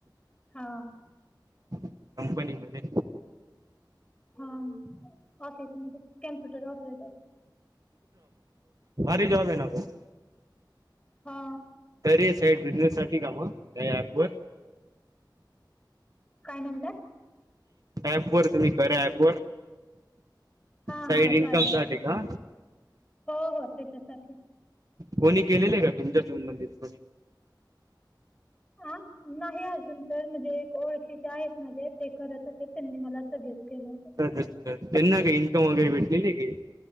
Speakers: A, on the left; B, on the right.
A: हा.
B: कंपनी मध्ये.
A: हा ऑफिसमध्येध्ये कम्प्युटर ऑपरेटर.
B: भारी जॉब आहे ना त.
A: हा.
B: तर हे साईड बिझनेस साठी का मग त्या अप व
A: काय म्हणालात?
B: ऍप वर तुम्ही <inaudible> ऍप वर.
A: हा
B: साईड
A: हा
B: इन्कम
A: कारण
B: साठी
A: आप
B: का
A: हो हो त्याच्यासाठी.
B: कोणी केलेले आहे का तुमच्या संबंधीत कोणी.
A: ह नाही अजून. तर म्हणजे एक ओळखीचे आहेत माझे ते करत होते त्यांनी मला सजेस्ट केलं.
B: अचछ त्यांना काही इन्कम वगैरे भेटलेले आहे काय?